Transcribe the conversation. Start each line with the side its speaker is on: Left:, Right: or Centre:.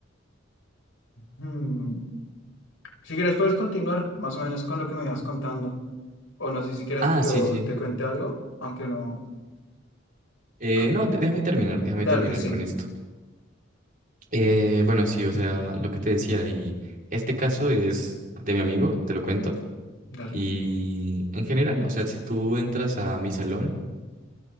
Left: Hmm. Si quieres puedes continuar más o menos con lo que me ibas contando. O no sé si quieras
Right: Ah,
Left: que yo
Right: sí, sí.
Left: te cuente algo, aunque no.
Right: Eh,
Left: Ah,
Right: no, dé- déjame terminar, déjame
Left: dale,
Right: terminar
Left: sí,
Right: con esto. Eh, bueno, sí, o sea, lo que te decía, y este caso es de mi amigo, te lo cuento.
Left: dale.
Right: Y en general, o sea, si tú entras a mi salón,